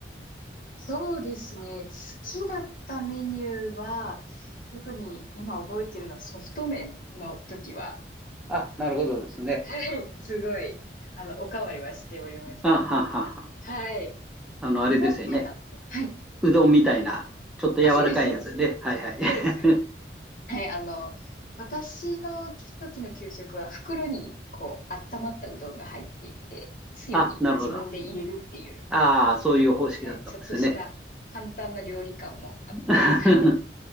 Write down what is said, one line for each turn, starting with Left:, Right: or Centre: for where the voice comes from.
Left: そうですね。好きだったメニューは、特に今覚えてるのはソフト麺の時は、
Centre: あ、なるほどですね。
Left: はい。すごい、あの、おかわりはしておりました。
Centre: あははは。
Left: はい。
Centre: あの、
Left: 苦手だと。
Centre: あれですよね。
Left: はい。
Centre: うどんみたいな、
Left: うん
Centre: ちょっと柔らかいやつね。
Left: あ、そうです、そうです。
Centre: はいはい。<laughs>
Left: そうです。はい。あの、私の時の給食は袋に、こう、温まったうどんが入っていて、つゆに自分で入れるっていう、
Centre: あ、なるほど。ああ、そういう方式だったんですね。
Left: はい。ちょっとした簡単な料理感もあって、
Centre: <laughs>
Left: はい。